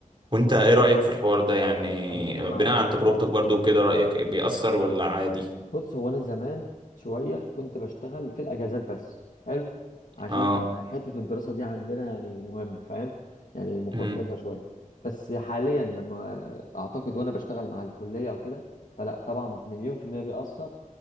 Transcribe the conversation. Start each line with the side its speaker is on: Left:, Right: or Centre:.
Right: وانت ايه رأيك في الحوار ده يعني
Left: انا انا معاك
Right: بناء
Left: بصراحه
Right: عن تجربتك برضو كده رأيك بيأثر ولا عادي؟
Left: بص هو انا زمان شويه كنت بشتغل في الاجازات بس حلو عشان
Right: اه
Left: حته الدراسه دي عندنا يعني مهمه فاهم يعني مقدسه
Right: مم.
Left: شويه بس حاليا لما اعتقد وانا بشتغل مع الكليه او كده فلا طبعا مليون في الميه بيأثر